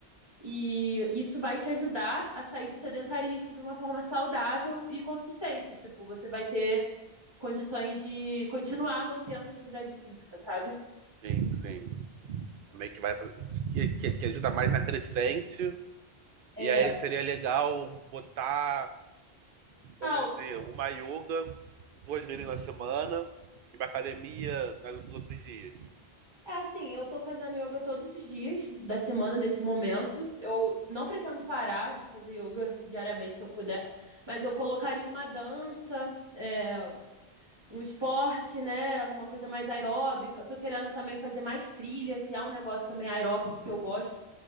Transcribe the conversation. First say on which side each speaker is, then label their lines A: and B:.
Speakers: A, on the right; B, on the right.
A: e isso vai te ajudar a sair do sedentarismo de uma forma saudável e consistente. Tipo, você vai ter condições de continuar mantendo a atividade física, sabe?
B: sim, sim. É Meio que vai fazer, que, que, que ajuda mais na crescente.
A: É.
B: E aí seria legal botar, vamos
A: Ah,
B: dizer, uma yoga duas vezes na semana e uma academia nos outros dias.
A: É assim, eu tô fazendo yoga todos os dias da semana nesse momento. Eu não pretendo parar de fazer yoga diariamente se eu puder, mas eu colocaria uma dança, é, um esporte, né? Uma coisa mais aeróbica. Eu tô querendo também fazer mais trilha, que é um negócio também aeróbico que eu gosto.